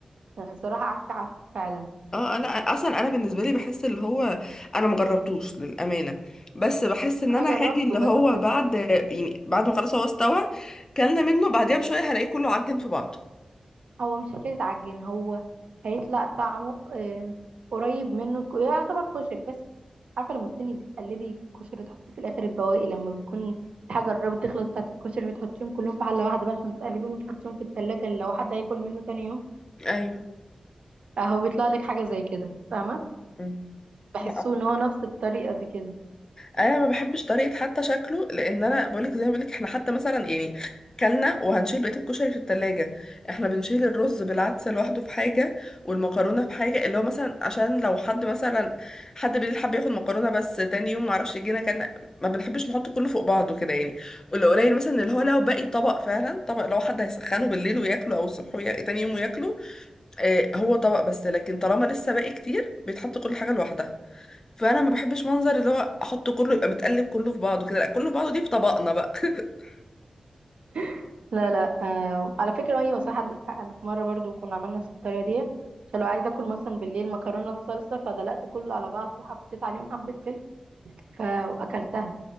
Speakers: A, on the right; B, on the left.
A: أنا بصراحة عك عك فعلا
B: اه انا اصلا انا بالنسبه لي بحس اللي هو انا مجربتوش للامانه بس بحس ان
A: انا
B: انا
A: جربته
B: هاجي اللي
A: بس
B: هو بعد يعني بعد ما خلاص هو استوى كلنا منه بعديها بشويه هلاقيه كله عجن في بعضه
A: هو مش حكاية عجين هو هيطلع طعمه آم، قريب منه الك- يعتبر كشري بس عارفة لما تكوني بتقلبي كشري تحطي في الآخر البواقي لما بيكون الحاجة قربت تخلص بتاعة الكشري بتحطيهم كلهم في حلة واحدة بقى عشان تقلبيهم وتحطيهم في التلاجة لو حد هياكل منه تاني يوم
B: ايوه
A: فهو بيطلع لك حاجة زي كده فاهمة
B: مم.
A: بحسه
B: لا
A: ان هو نفس الطريقة دي كده
B: انا ما بحبش طريقه حتى شكله لان انا بقولك زي ما بقولك احنا حتى مثلا يعني كلنا وهنشيل بقيه الكشري في التلاجة احنا بنشيل الرز بالعدس لوحده في حاجه والمكرونه في حاجه اللي هو مثلا عشان لو حد مثلا حد بالليل حب ياخد مكرونه بس تاني يوم معرفش يجينا كان ما بنحبش نحط كله فوق بعضه كده يعني واللي قليل مثلا اللي هو لو باقي طبق فعلا طبق لو حد هيسخنه بالليل وياكله او الصبح ويا... تاني يوم وياكله آه هو طبق بس لكن طالما لسه باقي كتير بيتحط كل حاجه لوحدها فانا ما بحبش منظر اللي هو احطه كله يبقى متقلب كله في بعضه كده لا كله في بعضه دي في طبقنا بقى <laughs>
A: <laughs> لا لا آه على فكرة ايوه صح عندك حق انا في مرة برضو كنا عملنا نفس الطريقة ديت عشان لو عايزة اكل مثلا بالليل مكرونة بصلصة فدلقت كله على بعض وحطيت عليهم حبة فلفل فاكلتها